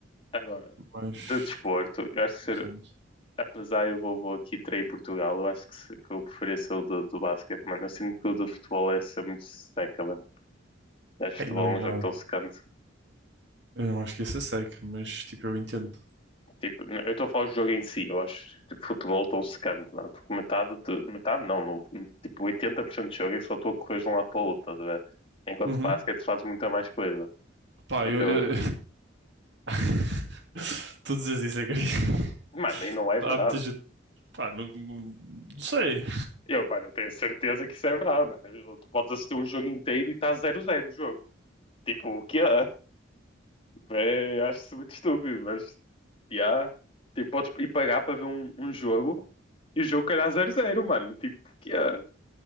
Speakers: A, on the left; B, on the right.
A: Agora,
B: mas,
A: de desporto, eu acho que ser,
B: não sei, mas-
A: apesar eu vou, vou aqui trair Portugal, eu acho que, se- que eu preferia ser o do, do basquete, mano. Eu sinto que o do futebol é ser muito seca, mano. Eu Acho futebol
B: Ei, não é
A: é
B: nada.
A: um jogo tão secante.
B: Eu não acho que isso é sec, mas tipo, eu entendo.
A: Tipo, n- eu estou a falar do jogo em si, eu acho tipo, futebol tão secante, não é? Porque metade, de, metade não, no, no- tipo 80% do jogo é só tu a correr de um lado para o outro, estás a ver? Enquanto
B: Uhum.
A: basquete fazes muita mais coisa.
B: Pá,
A: Então,
B: eu, eu... <laughs> tu dizes isso, é que... <laughs>
A: Mano, e não é verdade.
B: Há muita gente Pá, não, não sei.
A: Eu, mano, eu tenho certeza que isso é verdade, mano. Eu- Tu podes assistir um jogo inteiro e está zero zero o jogo. Tipo, o que <laughs> é? É, eu acho isso muito estúpido, mas. Yeah. Tipo, podes ir pagar para ver um, um jogo e o jogo calhar zero zero mano. Tipo, o que é?